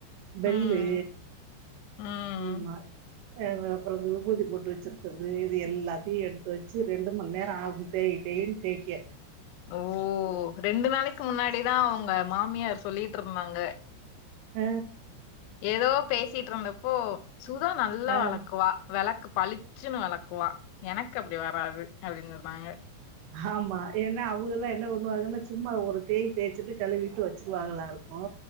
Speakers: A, on the right (about 80°); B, on the left (about 85°).
A: பெல்லு
B: ம் ம்
A: ஆமா அ வ அப்ற வந்து உபூதி பொட்டு வச்சிருக்கிறது இது எல்லாத்தியு எடுத்து வச்சு ரெண்டு மண்ணேர ஆகு தேய் தேய் தேய்ன் தேக்க
B: ஓ ரெண்டு நாளைக்கு முன்னாடிதா உங்க மாமியார் சொல்லிட்ருந்தாங்க
A: அ
B: ஏதோ பேசிட்ருந்தப்போ சுதா நல்லா
A: அஹ்
B: வெளக்குவா வெளக்கு பளிச்சுன்னு வெளக் குவா எனக்கு அப்டி வராது அப்டின் சொன்னாங்க
A: ஆமா ஏன்னா அவுகலா என்ன பண்ணுவாங்கன்னு சும்மா ஒரு தேய் தேச்சிட்டு கழுவிட்டு வச்சிருவாங்களாருக் ஓ